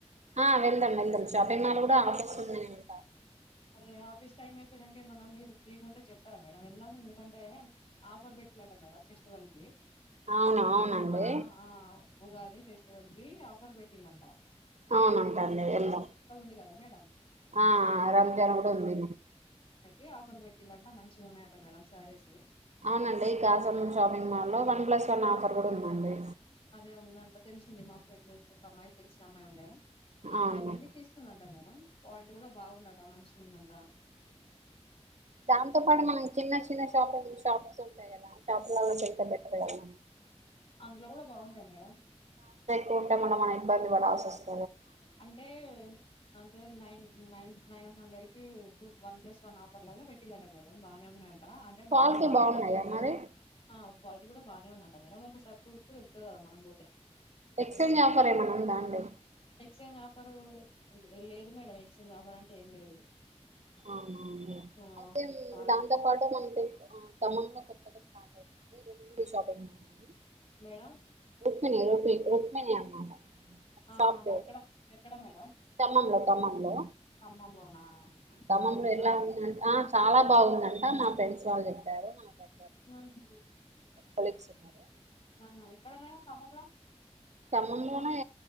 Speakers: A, on the right (about 85°); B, on the left (about 55°).
A: ఆ వెళ్దాం వెళ్దాం షాపింగ్ మాల్ కూడా ఆఫర్స్ ఉన్నాయంట
B: అదే ఆఫీస్ టైమ్ అయిపోయిందంటే ఏమన్నా మీరు ఫ్రీగా ఉంటే చెప్తారా మేడం వెళ్దాం ఎందుకంటే ఆఫర్ పెట్లే కదా మేడం ఫెస్ తోనికి
A: అవును అవునండి
B: మన ఆ ఉగాది ఫెస్టివల్ కీ ఆఫర్ పెట్టిందంట
A: అవునంటా అండి యెల్దాం
B: ఇగ అవే మేడమ్స్
A: ఆ రంజాన్ కూడ ఉంది
B: ఏ ఆఫర్ పెట్టిల్లంట మంచిగా ఉన్నాయట మేడమ్ శారీసు
A: అవునండి కాజమం షాపింగ్ మాల్లో వన్ ప్లస్ వన్ ఆఫర్ కూడ ఉందండి
B: అదే ఉందంట తెలిసింది మా ఫ్రెండ్లు అమ్మాయి కి తెలిసిన అమ్మాయి ఉండే అమ్మాయి
A: అవును
B: వెళ్ళి తీసుకుందంట మేడం క్వాలిటీ కూడ బాగుందట మంచిగ ఉందంట బా
A: దాంతో పాటు మనం చిన్న చిన్న షాపింగ్ షాప్స్ ఉంటాయి కదా షాపింగ్ మాల్ లో కంటే బెటర్ ఏ కదా
B: అందులో కూడ బావుంటాయి మేడం
A: కొంటె మన మనం ఇబ్బంది పడాల్సిస్తుంది
B: అంటే అంటే నే నైన్ నైన్ హండ్రెడ్ కి వన్ ప్లస్ వన్ ఆఫర్ లాగ పెట్టిల్లంట మేడం బానే ఉన్నాయం ఆ అంటే
A: క్వాలిటీ
B: బయట కూడ బానే
A: బాగున్నాయా
B: ఉంటాయి
A: మరి
B: ఆ క్వాలిటీ కూడ బానే <unintelligible> ఉందంట మేడం ఒకసారి చూస్తే తెలుస్తది గదా మనం పోతే
A: ఎక్స్చేంజ్ ఆఫర్ ఏమన్న ఉందా అండి
B: ఎక్స్చేంజ్ ఆఫరూ లేదు మేడం ఎక్స్చేంజ్ ఆఫర్ అంటే ఏం లేదు
A: ఆహా
B: ఆ
A: అదే అయితే
B: బా
A: దాంతో పాటు మన అంటే ఆ ఖమ్మంలో కొత్తగా స్టార్ట్ అయింది C M G shopping mall
B: madam
A: ఆయన ఎరోబిక్ స్పోర్ట్స్ మెనే అన్నమాట
B: ఆహ్
A: షాప్
B: హహ
A: పేరు
B: ఎక్కడ ఎక్కడ మేడం
A: ఖమ్మంలో ఖమ్మంలో
B: ఖమ్మంలోనా
A: ఖమ్మంలో
B: బాగుంటుందా
A: ఎలా ఉంది అంటే ఆ చాలా బాగుందంట మా ఫ్రెండ్స్ వాళ్ళు చెప్పారు మనకు అది
B: ఊహూ
A: కొలీగ్స్ ఉన్నారా
B: ఆహా ఎక్కడ మేడం ఖమ్మం లొ
A: ఖమ్మంలోనే